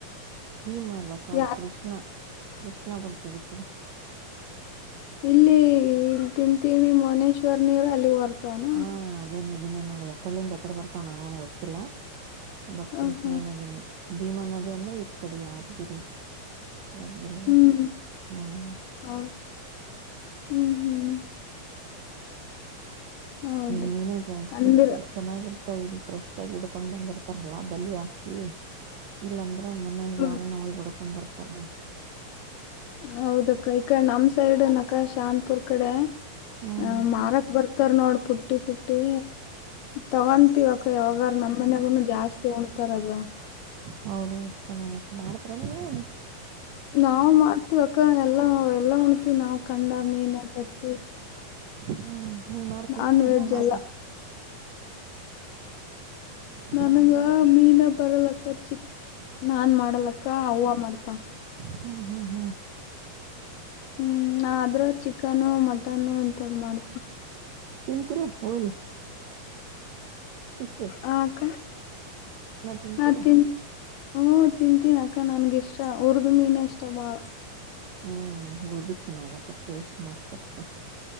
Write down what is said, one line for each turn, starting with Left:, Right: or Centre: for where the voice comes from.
Right: ಭೀಮ ಅಲ್ಲ ಸರಿ
Left: ಯಾ
Right: ಕೃಷ್ಣ ಕೃಷ್ಣ ಬರ್ತದೆ ಈ ಕಡೆ
Left: ಇಲ್ಲಿ ಇಲ್ಲಿ ತಿಂತೀನಿ ಮನೇಶ್ವರ್ ನೀರು ಅಲ್ಲಿಗೆ ಬರ್ತವೆನೊ
Right: ಹ ಅದೇ ನದಿನೇ ನೋಡು ಯಾಕಡ್ಲಿಂದ ಯಾಕಡೆ ಬರ್ತಾವ್ ನನಗೂನು ಗೊತ್ತಿಲ್ಲ. ಬಟ್
Left: ಹ
Right: ಕೃಷ್ಣ
Left: ಹಾ
Right: ನದಿನೇ ಭೀಮಾ ನದಿ ಅಂದ್ರೆ ಈ ಕಡೆ ಯಾದ್ಗಿರಿ ಯಾದಗಿರಿ
Left: ಹ್ಮ್
Right: ಬರ್ತ ಹ್ಮ್
Left: ಹೌ ಹ್ಮ್ ಹ್ಮ್ ಹೌದಕ್ಕ
Right: ಹ್ಮ್ ಮೀನು ಜಾಸ್ತಿ
Left: ಅಂದ್ರ
Right: ಇರ್ತದೆ. ಚೆನ್ನಾಗಿರ್ತಾವ ಇಲ್ಲಿ ಫ್ರೆಶ್ ಆಗಿ ಹಿಡ್ಕೊಂಡ್ ಬಂದಿರ್ತಾರಲ್ಲಾ ಬಲಿ ಹಾಕಿ ಇಲ್ಲಂದ್ರೆ ಮ ಮನ್ಯಾಗ
Left: ಹ್ಮ
Right: ಯಾರು ನಾ ಹೊಡ್ಕೊಂಡ್ ಬರ್ತಾರ.
Left: ಹೌದ ಅಕ್ಕ ಈಕಡೆ ನಮ್ ಸೈಡ್ನ್ ಕ್ಕ ಶಾಂತಪುರ್ ಕಡೆ
Right: ಹ್ಮ್
Left: ಅ ಮಾರಕ್ ಬರ್ತ್ ತ್ತರ್ ನೋಡ್ ಪುಟ್ಟಿ ಪುಟ್ಟಿ ತಗೊಂತ್ತಿವಿ ಅಕ್ಕ ಯಾವಾಗಾರ ನಮ್ಮ ಮನೆಗೂನು ಜಾಸ್ತಿ ಉಣ್ತಾರ್ ಅದು.
Right: ಹೌದೌ ಚೆನ್ನಾಗಿತ್ ಮಾಡ್ದ್ರೇನ್ ನೀವುನೂ
Left: ನಾವು ಮಾಡ್ತೀವ ಅಕ್ಕ ಎಲ್ಲಾ ಎಲ್ಲ ಉಣ್ತಿವಿ ನಾವ್ ಖಂಡ ಮೀನ ತತ್ತಿ
Right: ಹ್ಮ್ ನೀ ಮಾಡ್ತಿ
Left: ನಾನ್
Right: ಅಮ್ಮ
Left: ವೆಜ್
Right: ಮಾಡ್ತಾ
Left: ಎಲ್ಲ
Right: ನೀ ಮಾಡ್ತಾ
Left: ನನಗ
Right: ಅಮ್ಮ ಮಾಡ್ತಾ
Left: ಮೀನ ಬರಲಕ್ಕ ಚಿಕ್ ನಾನ್ ಮಾಡಲಕ್ಕ ಅವ್ವ ಮಾಡ್ತ
Right: ಹ್ಮ ಹ್ಮ ಹ್ಮ
Left: ಹ್ಮ್ ನಾ ಆದ್ರೆ ಚಿಕನು ಮಟನ್ನು ಇಂಥದ್ ಮಾಡ್ತೀನಿ.
Right: ತಿಂತೀರಿ ಹೊಲಿ ಫಿಶೂ.
Left: ಅ ಅಕ್ಕ
Right: ತಿಂತಿಲ್ಲ
Left: ಮಾಡ್ತ್ ಹ್ಮ್ ತಿಂತೀನಿ ಅಕ್ಕ ನನಗ ಇಷ್ಟ ಉರ್ದು ಮೀನಾ ಇಷ್ಟ ಬಾಳ
Right: ಹ್ಮ್ ಹುರುದು ಚೆನ್ನಾಗತ್ತ ಟೇಸ್ಟ್ ಮಸ್ತ್ ಇರ್ತ